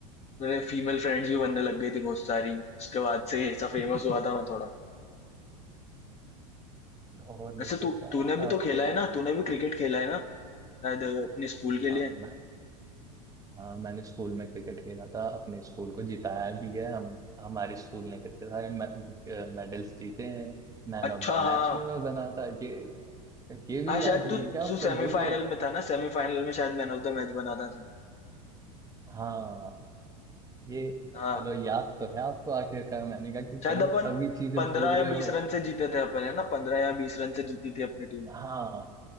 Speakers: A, on the left (about 35°); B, on the right (about 20°).
A: मेरे फीमेल फ्रेंड्स भी बनने लग गई थी बहुत सारी। उसके बाद से ये सब
B: <laughs>
A: फ़ेमस हुआ था मैं थोड़ा।
B: और नहीं
A: वैसे तू
B: तो क्या
A: तूने भी
B: आप
A: तो खेला
B: तो
A: है ना तूने भी क्रिकेट खेला है ना शायद अ, अपने स्कूल के
B: हाँ
A: लिए
B: तो मैं हाँ मैंने स्कूल में क्रिकेट खेला था अपने स्कूल को जिताया भी है हम हमारे स्कूल ने कितने सारे मेडल्स जीते हैं मैन
A: अच्छा
B: ऑफ द मैच
A: हाँ
B: भी मैं बना था ये ये भी
A: हाँ
B: याद
A: शायद
B: नहीं
A: तू
B: है क्या आपको
A: तू सेमीफाइनल
B: भूल गए
A: में था ना सेमीफाइनल में शायद मैन ऑफ द मैच बना था तू
B: हाँ ये
A: हाँ
B: चलो याद तो है आपको आखिरकार मैंने कहा कि
A: शायद
B: कहीं
A: अपन
B: सभी चीजें
A: पंद्रह
B: भूल
A: या
B: गए
A: बीस
B: हो
A: रन से जीते थे अपन है ना पंद्रह या बीस रन से जीती थी अपनी टीम
B: हाँ